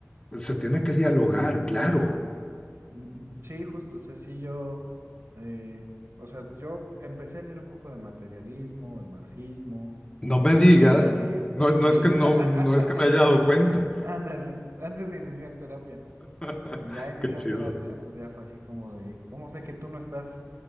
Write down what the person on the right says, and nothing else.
Mm, mm, Sí, justo, o sea, sí yo, eh, o sea, yo empecé a leer un poco de materialismo, de marxismo,
de
filosofía
idealista,
sí,
<laughs>
ándale, antes de iniciar terapia.
Y ya iniciando
terapia, pues ya fue así como de, ¿cómo sé que tú no estás